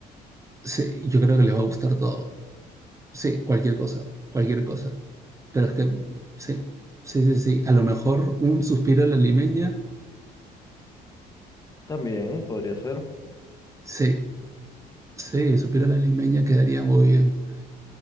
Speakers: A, on the right; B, on the left.
A: Sí, yo creo que les va a gustar todo. Sí, cualquier cosa, cualquier cosa. Pero es que, sí, sí, sí, sí. A lo mejor un suspiro a la limeña.
B: También podría ser.
A: Sí, sí, suspiro a la limeña quedaría muy bien.